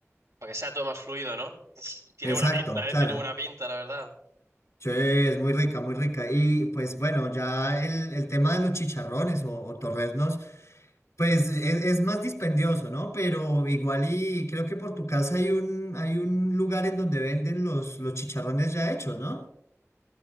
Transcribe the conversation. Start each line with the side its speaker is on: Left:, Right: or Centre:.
Right: Para que sea todo más fluido, ¿no? Uf, tiene
Left: Exacto,
Right: buena pinta,
Left: claro.
Right: ¿eh? Tiene buena pinta, la verdad.
Left: Sí, es muy rica, muy rica. Y pues bueno, ya el, el tema de los chicharrones o, o torreznos, pues es, es más dispendioso, ¿no? Pero igual y creo que por tu casa hay un, hay un lugar en donde venden los, los chicharrones ya hechos, ¿no?